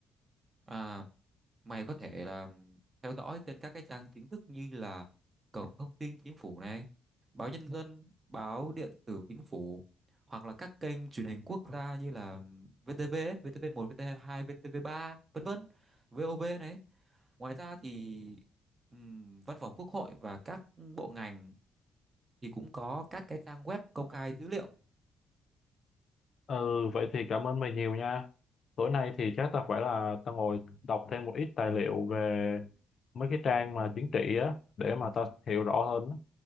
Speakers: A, on the right (about 30°); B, on the left (about 50°).
A: À, mày có thể là theo dõi trên các cái trang chính thức như là cổng thông tin chính phủ này, báo Nhân dân, báo điện tử chính phủ hoặc là các kênh truyền hình quốc gia như là VTV, ấy, VTV1, VTV2, VTV3, vân vân, VOV này. Ngoài ra thì ừm, Văn phòng Quốc hội và các bộ ngành thì cũng có các cái trang web công khai dữ liệu.
B: ừ vậy thì cảm ơn mày nhiều nha tối nay thì chắc ta phải là ta ngồi đọc thêm một ít tài liệu về mấy cái trang mà chính trị á để mà ta hiểu rõ hơn á.